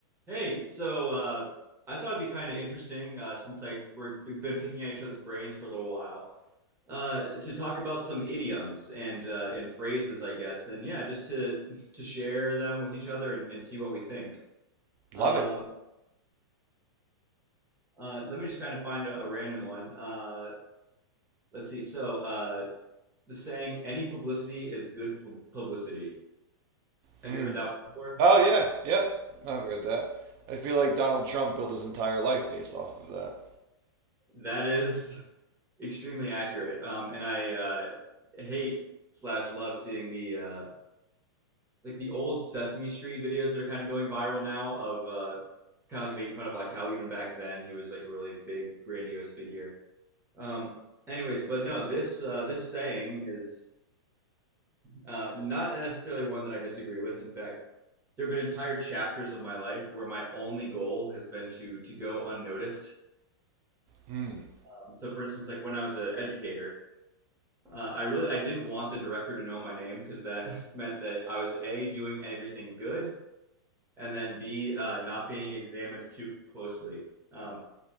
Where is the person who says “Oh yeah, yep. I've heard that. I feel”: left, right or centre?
Right